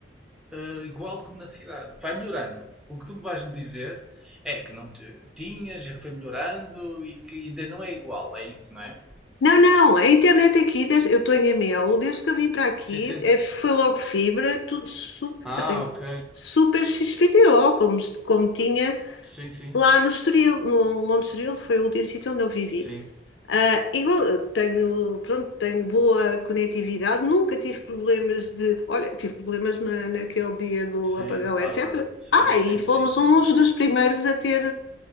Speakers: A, in the centre; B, on the left (about 75°).
A: ah, igual como na cidade. Vai melhorando. O que tu me vais me dizer é que não te- tinhas, já foi melhorando e que ainda não é igual, é isso, não é?
B: não, não, a internet aqui, desde- eu estou em Amiel, desde que eu vim para aqui,
A: Sim, sim.
B: é, foi logo fibra, tudo super,
A: Ah,
B: eu tenho
A: ok.
B: super XPTO, como, se- como tinha
A: Sim, sim.
B: lá no Estoril, no Monte Estoril, foi o último sítio onde eu vivi.
A: Sim.
B: Ah, e vou- tenho, pronto, tenho boa conectividade, nunca tive problemas de. Olha, tive problemas na, naquele dia do
A: Sim,
B: apagão,
A: claro.
B: etc.
A: Sim,
B: Ah,
A: sim,
B: e fomos
A: sim, sim.
B: uns dos primeiros a ter,